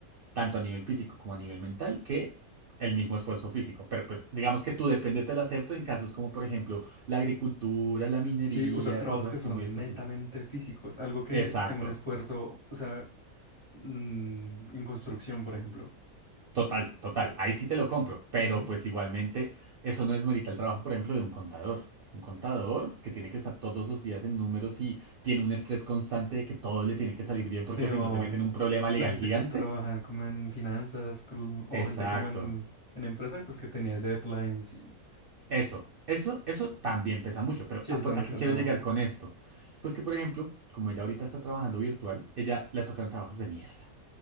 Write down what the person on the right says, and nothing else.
tanto a nivel físico como a nivel mental, que el mismo esfuerzo físico. Pero pues digamos que tú depende, te lo acepto en casos como por ejemplo la agricultura, la minería,
cosas
así
muy específicas.
Exacto.
Total, total. Ahí sí te lo compro, pero
pues igualmente eso no desmerita el trabajo, por ejemplo, de un contador. Un contador que tiene que estar todos los días en números y tiene un estrés constante de que todo le tiene que salir bien
porque o si
no se mete
en un problema legal
gigante.
Exacto.
Eso, eso, eso también pesa mucho. Pero
¿a,
po-
a
qué
quiero llegar con esto? Pues que, por ejemplo, como ella ahorita está trabajando virtual, ella le tocan trabajos de mierda.